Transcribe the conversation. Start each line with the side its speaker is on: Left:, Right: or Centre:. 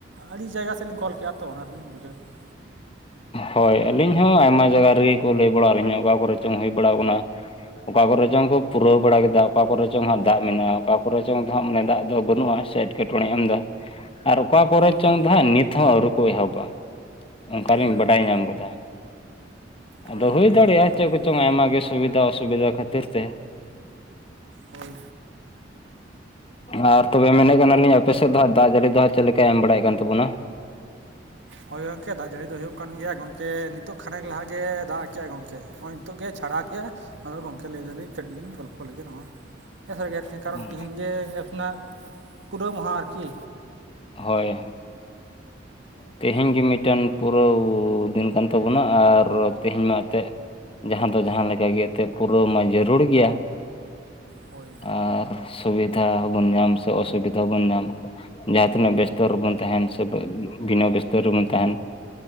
Right: ᱟᱹᱰᱤ ᱡᱟᱭᱜᱟ ᱥᱮᱫ ᱞᱤᱧ ᱠᱚᱞ ᱠᱮᱫ-ᱟ ᱛᱚ ᱚᱱᱟ ᱛᱮᱞᱤᱧ ᱵᱩᱡᱷᱟᱹᱣ ᱠᱮᱫ-ᱟ᱾
Left: ᱦᱳᱭ ᱟᱹᱞᱤᱧ ᱦᱚᱸ ᱟᱭᱢᱟ ᱡᱟᱭᱜᱟ ᱨᱮᱜᱮ ᱠᱚ ᱞᱟᱹᱭ ᱵᱟᱲᱟᱣᱟᱜ-ᱟ ᱞᱤᱧᱟ, ᱚᱠᱟ ᱠᱚᱨᱮ ᱪᱚᱝ ᱦᱩᱭ ᱵᱟᱲᱟᱣ ᱟᱠᱟᱱᱟ᱾ ᱚᱠᱟ ᱠᱚᱨᱮ ᱪᱚᱝ ᱠᱚ ᱯᱩᱨᱟᱹᱣ ᱵᱟᱲᱟ ᱠᱮᱫᱟ, ᱚᱠᱟ ᱠᱚᱨᱮ ᱪᱚᱝ ᱦᱟᱸᱜ ᱫᱟᱜ ᱢᱮᱱᱟᱜ-ᱟ, ᱚᱠᱟ ᱠᱚᱨᱮ ᱪᱚᱝ ᱫᱚ ᱦᱟᱸᱜ ᱢᱟᱱᱮ ᱫᱟᱜ ᱫᱚ ᱵᱟᱹᱱᱩᱜ-ᱟ ᱥᱮ ᱮᱴᱠᱮᱴᱚᱬᱮ ᱮᱢ ᱮᱫᱟ ᱟᱨ ᱚᱠᱟ ᱠᱚᱨᱮ
Right: ᱦᱳᱭ
Left: ᱪᱚᱝ ᱫᱚ ᱦᱟᱸᱜ ᱱᱤᱛ ᱦᱚᱸ ᱟᱹᱣᱨᱤ ᱠᱚ ᱮᱦᱚᱵᱟ᱾ ᱚᱱᱠᱟᱞᱤᱧ
Right: ᱦᱳᱭ
Left: ᱵᱟᱰᱟᱭ
Right: ᱜᱚᱢᱠᱮ
Left: ᱧᱟᱢ ᱠᱮᱫᱟ᱾
Right: ᱦᱳᱭ
Left: ᱟᱫᱚ
Right: ᱜᱚᱢᱠᱮ
Left: ᱦᱩᱭ ᱫᱟᱲᱮᱭᱟᱜᱼᱟ
Right: ᱟᱹᱞᱤᱧ ᱦᱚᱸᱞᱤᱧ
Left: ᱪᱮᱫ
Right: ᱵᱟᱲᱟᱭ
Left: ᱠᱚᱪᱚᱝ
Right: ᱧᱟᱢᱟ
Left: ᱟᱭᱢᱟ ᱜᱮ ᱥᱩᱵᱤᱫᱷᱟ ᱚᱥᱩᱵᱤᱫᱷᱟ ᱠᱷᱟᱹᱛᱤᱨ ᱛᱮ᱾
Right: ᱦᱳᱭ
Left: ᱟᱨ ᱛᱚᱵᱮ ᱢᱮᱱᱮᱫ ᱠᱟᱱᱟ ᱞᱤᱧ, ᱟᱯᱮ ᱥᱮᱫ ᱫᱚ ᱦᱟᱸᱜ ᱫᱟᱜ ᱡᱟᱹᱲᱤ ᱫᱚ ᱦᱟᱸᱜ ᱪᱮᱫ ᱞᱮᱠᱟᱭ ᱮᱢ ᱵᱟᱲᱟᱭᱮᱫ ᱠᱟᱱ ᱛᱟᱵᱚᱱᱟ? <inaudible>
Right: ᱦᱳᱭ ᱜᱚᱝᱠᱮ ᱫᱟᱜ ᱡᱟᱹᱲᱤ ᱫᱚ ᱦᱩᱭᱩᱜ ᱠᱟᱱ ᱜᱮᱭᱟ ᱜᱚᱢᱠᱮ ᱱᱤᱛᱚᱜ ᱠᱷᱟᱱᱮᱠ ᱞᱟᱦᱟ ᱜᱮ ᱫᱟᱜ ᱠᱮᱜᱼᱟᱭ ᱜᱚᱝᱠᱮ᱾ ᱱᱤᱛᱚᱜ ᱜᱮ ᱪᱷᱟᱲᱟ ᱠᱮᱫᱼᱟ ᱾ ᱟᱫᱚ ᱜᱚᱝᱠᱮ ᱞᱟᱹᱭᱫᱟᱹᱞᱤᱧ ᱠᱟᱹᱴᱤᱡ ᱞᱤᱧ ᱜᱚᱞᱯᱚ ᱞᱮᱜᱮ ᱱᱚᱣᱟ᱾ <unintelligible> ᱥᱮ ᱠᱟᱨᱚᱱ
Left: ᱩᱸ
Right: ᱛᱤᱦᱤᱧ ᱜᱮ <unintelligible> ᱯᱩᱨᱟᱹ ᱢᱟᱦᱟᱸ ᱟᱨᱠᱤ᱾
Left: ᱦᱳᱭ᱾ ᱛᱤᱦᱤᱧ ᱜᱮ ᱢᱤᱫᱴᱮᱱ ᱯᱩᱨᱟᱹᱣ ᱫᱤᱱ ᱠᱟᱱ ᱛᱟᱵᱚᱱᱟ ᱟᱨ ᱛᱤᱦᱤᱧ ᱢᱟ ᱮᱛᱮᱜ ᱡᱟᱦᱟᱸ ᱫᱚ ᱡᱟᱦᱟᱸ ᱞᱮᱠᱟ ᱜᱮ ᱮᱱᱛᱮᱫ ᱯᱩᱨᱟᱹᱣ ᱢᱟ ᱡᱟᱹᱨᱩᱲ ᱜᱮᱭᱟ᱾
Right: ᱦᱳᱭ
Left: ᱟᱨ ᱥᱩᱵᱤᱫᱷᱟ ᱦᱚᱵᱚᱱ ᱧᱟᱢ ᱥᱮ ᱚᱥᱩᱵᱤᱫᱷᱟ ᱦᱵᱚᱱ ᱧᱟᱢ᱾ ᱡᱟᱦᱟᱸ ᱛᱤᱱᱟᱹᱜ ᱵᱮᱥᱛᱚ ᱨᱮᱵᱚᱱ ᱛᱟᱦᱮᱸᱱ ᱥᱮ ᱵᱮ-ᱵᱤᱱᱟᱹ ᱵᱮᱥᱛᱚ ᱨᱮᱵᱚᱱ ᱛᱟᱦᱮᱸᱱ᱾